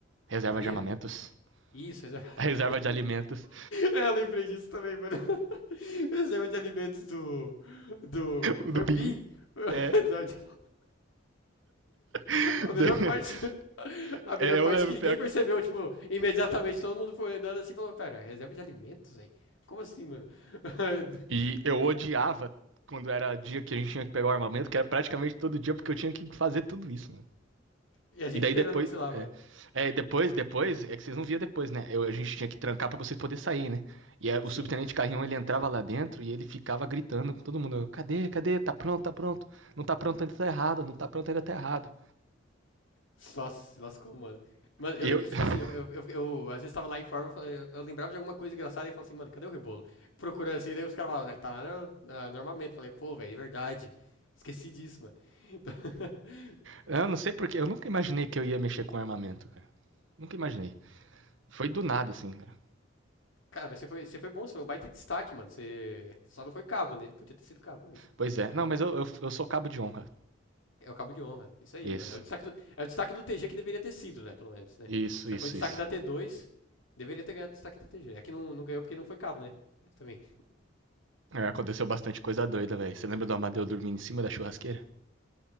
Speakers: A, on the right; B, on the left.
A: Reserva
B: Armaria?
A: de armamentos. <laughs>
B: Isso, reserva. <laughs>
A: A reserva de alimentos.
B: É, eu lembrei disso também, mano. <laughs> Reserva de alimentos do. Do.
A: O
B: Foi
A: do
B: o
A: BIM.
B: Bin. <laughs>
A: É.
B: Reserva de-
A: <laughs>
B: A melhor parte. <laughs> A melhor
A: É, eu
B: parte
A: lembro.
B: que ninguém percebeu, tipo, imediatamente todo mundo foi andando assim e falou: Pera, reserva de alimentos, velho? Como assim, mano? <laughs>
A: E eu odiava quando era dia que a gente tinha que pegar o armamento, que era praticamente todo dia, porque eu tinha que fazer tudo isso, né?
B: E a gente
A: E daí
B: esperando
A: depois.
B: você lá,
A: É,
B: mano.
A: é, depois, depois, é que vocês não viam depois, né? Eu, a gente tinha que trancar para vocês poderem sair, né? E era,
B: Sim.
A: o subtenente carrião ele entrava lá dentro e ele ficava gritando com todo mundo: cadê, cadê? Tá pronto, tá pronto. Não tá pronto ainda tá errado, não tá pronto ainda tá errado.
B: Só se lascou, mano. Mano, eu
A: E
B: lembro
A: eu,
B: que,
A: <laughs>
B: tipo assim, eu, eu, eu- eu, às vezes tava lá em forma, eu, eu lembrava de alguma coisa engraçada e eu falava assim, mano, cadê o rebolo? Procurando assim, daí os caras falavam, ele tá lá no, na- no armamento. Falei, pô, velho, é verdade. Esqueci disso, mano. <laughs>
A: eu não sei porque, eu nunca imaginei que eu ia mexer com armamento, cara. Nunca imaginei. Foi do nada, assim, cara.
B: cara, mas você foi, você foi bom, você foi um baita destaque, mano. Você só não foi cabo, né? Podia ter sido cabo, mas.
A: Pois é. Não,
B: É,
A: mas eu, eu, eu sou cabo de honra.
B: é o cabo de honra. Isso aí,
A: Isso,
B: mano. É o destaque do, é o destaque do TG que deveria ter sido, né? Pelo menos, né?
A: isso,
B: Você
A: isso,
B: foi destaque
A: isso.
B: da t dois deveria ter ganhado o destaque da TG. É que não, não ganhou porque não foi cabo, né? Também.
A: É, aconteceu bastante coisa doida, velho. Você lembra do Amadeu dormindo em cima da churrasqueira?